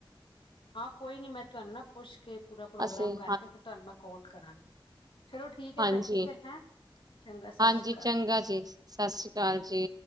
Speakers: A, on the left (about 70°); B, on the right (about 45°).
A: ਹਾਂ ਕੋਈ ਨੀ ਮੈਂ ਤੁਹਾਨੂੰ ਨਾ ਪੁੱਛ ਕੇ ਪੂਰਾ ਪ੍ਰੋਗਰਾਮ
B: ਅਸੀਂ
A: ਕਰਕੇ ਫਿਰ ਤੁਹਾਨੂੰ ਮੈਂ ਕਾਲ ਕਰਾਂਗੀ ਚਲੋ ਠੀਕ ਹੈ
B: ਹਾਂਜੀ-ਹਾਂਜੀ
A: ਭੈਣ ਜੀ ਫੇਰ ਹੈਂ ਚੰਗਾ ਸਤਿ ਸ਼੍ਰੀ ਅਕਾਲ
B: ਚੰਗਾ ਜੀ ਸਤਿ ਸ੍ਰੀ ਅਕਾਲ ਜੀ।